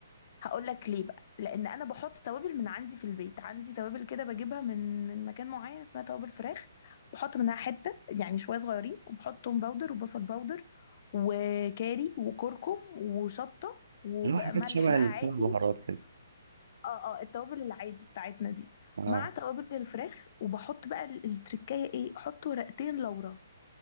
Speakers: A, on the left; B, on the right.
A: هقول لك ليه بقى لان انا بحط توابل من عندي في البيت عندي توابل كده بجيبها من من مكان معين اسمها توابل فراخ بحط منها حته يعني شويه صغيرين وبحط توم باودر وبصل باودر وكاري وكركم وشطه وملح
B: اللي هو حاجات شبه
A: بقى
B: السبع
A: عادي
B: بهارات كده
A: اه اه التوابل العادي بتاعتنا دي
B: اه
A: مع توابل الفراخ وبحط بقى ال- التركايه ايه احط ورقتين لورا